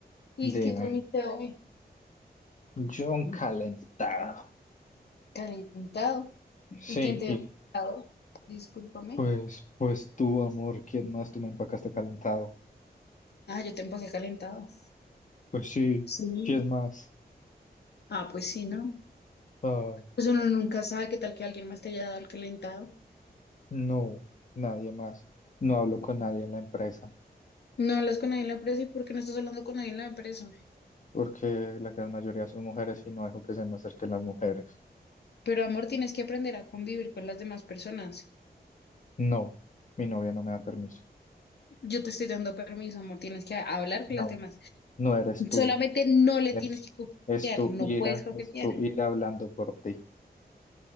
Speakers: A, on the left (about 75°); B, on the left (about 45°).
A: ¿Y
B: dime,
A: qué comiste hoy?
B: John calentado.
A: Calentado.
B: Sí,
A: ¿Y quién te
B: y
A: dio calentado? Discúlpame.
B: pues, pues tú, amor, ¿quién más tú me empacaste calentado?
A: Ah, yo te empaqué calentado.
B: Pues sí,
A: Sí.
B: ¿quién más?
A: Ah, pues sí, ¿no?
B: Ay,
A: Pues uno nunca sabe qué tal que alguien más te haya dado el calentado.
B: no, nadie más. No hablo con nadie en la empresa,
A: No hablas con nadie en la empresa y por qué no estás hablando con nadie en la empresa.
B: porque la gran mayoría son mujeres y no dejo que se me acerquen las mujeres.
A: Pero amor, tienes que aprender a convivir con las demás personas.
B: No, mi novia no me da permiso.
A: Yo te estoy dando permiso, amor, tienes que hablar
B: No,
A: con las demás
B: no eres tú.
A: Solamente no le
B: Es,
A: tienes que coquetear,
B: es tu
A: no
B: ira,
A: puedes coquetear.
B: es tu ira hablando por ti.